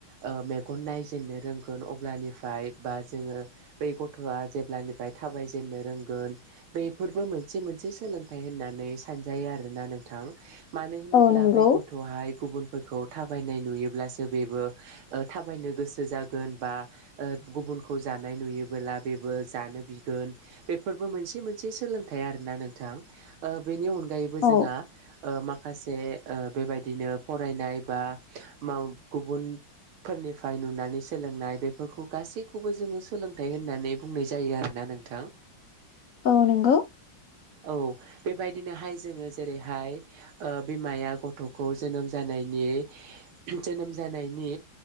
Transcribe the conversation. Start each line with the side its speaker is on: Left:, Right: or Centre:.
Right: ओ मेगन नायजेननो रोंगोन अब्लानिफ्राय बाद जोंङो बै गथ'आ जेब्लानिफाइ थाबाय जेननो रोंगोन बेफोरबो मोनसे मोनसे स सोलोंथाइ होननानै सानजायो आरोना नोंथां मानो होनोब्ला
Left: औ नंगौ
Right: बै गथ'हाय गुबुन फोरखौ थाबायनाय नुयोब्लासो बेबो ओ थाबायनो गोसो जागोन बा ओ गुबु बुनखौ जानाय नुयोबोला बेबो जानो बिगोन बेफोरबो मोनसे मोनसे सोलोंथाइ आरोना नों थां ओ बेनि अनगायैबो
Left: औ
Right: जोंहा ओ माखासे ओ बेबायदिनो फरायनाय बा माव गुबुन फोरनिफाय नुनानै सोलोंनाय बेफोरखौ गासैखौबो जोङो सोलोंथाइ होननानै बुंनाय जायो आरोना नोंथां
Left: औ नोंगौ
Right: औ बेबायदिनोहाय जोङो जेरैहाय ओ बिमाया गथ'खौ जोनोम जानायनि जोनोम जानायनि